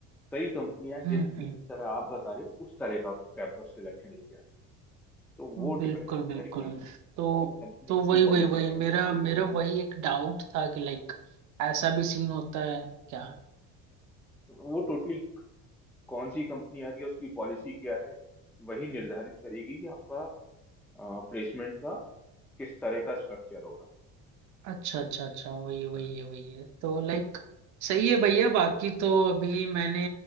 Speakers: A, in the centre; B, on the right (about 60°).
A: कई कंपनियां
B: hmm
A: जिस तरह आप बता रहे हो उस तरह का कैंपस सिलेक्शन लेके आती है तो वो
B: hmm, बिल्कुल
A: डिपेंड करता
B: बिल्कुल
A: है कि
B: तो
A: कंपनी
B: तो वही
A: की पॉलिसी
B: वही वही
A: क्या
B: मेरा मेरा वही एक डाउट था कि लाइक ऐसा भी सीन होता है क्या
A: है वो टोटली कौन सी कंपनी आ रही है उसकी पॉलिसी क्या है वही निर्धारित करेगी कि आपका प्लेसमेंट का किस तरह का स्ट्रक्चर होगा
B: अच्छा अच्छा अच्छा वही
A: हाँ
B: वही
A: जी
B: है वही है तो लाइक सही है भैया बाकी तो अभी मैंने